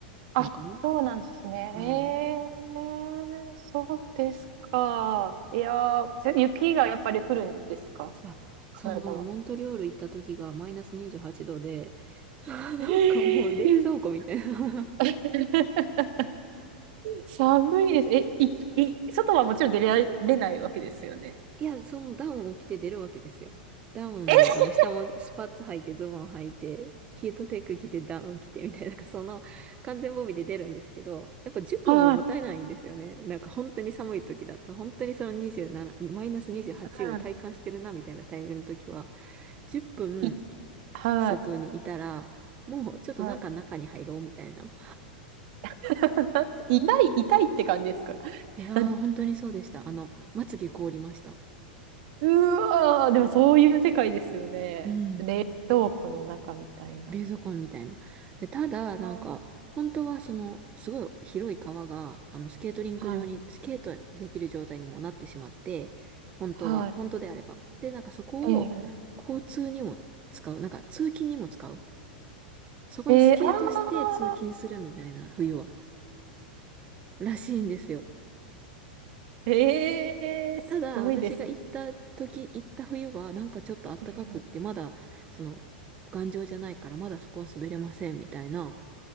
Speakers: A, on the right; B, on the right.
A: あ、
B: のかな
A: そうなんですね。
B: はい。
A: えー、そうですか。いやー、せ雪がやっぱり降るんですか
B: あ、
A: カナダは。
B: その、モントリオール行った時がマイナス28度で、<laughs> なんかもう冷蔵庫みたいな
A: えー <laughs> 寒いです。え、い、い、外はもちろん出られないわけですよね。
B: いや、そのダウンを着て出るわけですよ。ダウンで、
A: え
B: あの、下もスパッツ履いて、ズボン履いて、ヒートテック着て、ダウン着て、みたいな、なんかその完全防備で出るんですけど、やっぱ10分ももったいないんですよね。
A: はい、
B: なんか本当に寒い時だと、本当にその27、マイナス28を体感してるな、
A: は
B: みたいなタイミングの時は、10分
A: い、いはい、
B: 外にいたら、もうちょっとなんか中に入ろう、
A: はい。
B: みたいな。
A: <laughs> 痛い、痛いって感じですか
B: いやー、
A: なん
B: 本当にそうでした。あの、まつげ凍りました。
A: うわー、でもそういう世界ですよね。
B: うん。
A: どうこの中みたいな。
B: 冷蔵庫みたいな。でただ、なんか、
A: あー
B: 本当はその、すごい広い川が、あの、スケートリンク上に、
A: はい、
B: スケートできる状態にもなってしまって、本当は、
A: はい。
B: 本当であれば。で、なんかそこを、
A: ええ
B: 交通にも使う。なんか、通勤にも使う。そこにスケートして通勤するみたいな、
A: ええああ
B: 冬は。らしいんですよ。
A: ー、ええすごいです
B: ただ、私が行った時、行った冬は、なんかちょっと暖かくって、
A: ね。
B: まだ、その、頑丈じゃないから、まだそこは滑れません、みたいな。